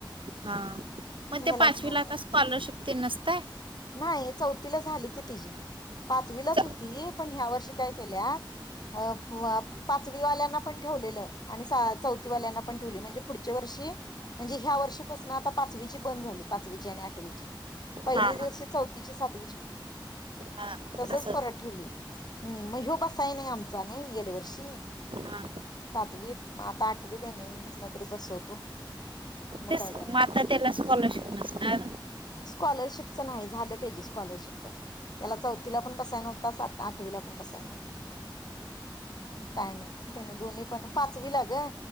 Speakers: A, on the right; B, on the left.
A: हा मग
B: ह्याला
A: ते पाचवीला,
B: ठेवून
A: आता
B: यायचं
A: स्कॉलरशिप ते नसतय
B: नाही चौथीला झाली की तिजी पाचवीलाच
A: हा
B: होती पण ह्या वर्षी काय केल्या आ अ पाचवी वाल्यांना पण ठेवलेलं आणि सहा चौथी वाल्यांना पण ठेवली म्हणजे पुढच्या वर्षी म्हणजे ह्या वर्षी आता पाचवीची बंद झाली पाचवीची आणि आठवीची पहिली
A: हा
B: दिवशी चौथी ची सात <unintelligible>
A: हा
B: तसच
A: असं
B: परत ठिवली हम्म म ह्यो बसा नाही आमचा नाही गेल्या वर्षी
A: हा
B: सातवीत, मं आता आठवी, देनी मी म्हसला तरी बसवतो. मग
A: तेच
B: काय करणार
A: म आता त्याला स्कॉलरशिप नसणार
B: स्कॉलरशिपच नाही झालं तेची स्कॉलरशिपच त्याला, चौथीला पण बसाय नव्हता सात आठवीला पण बसाय नाही, काय नाही त्याने दोन्ही पण पाचवीला ग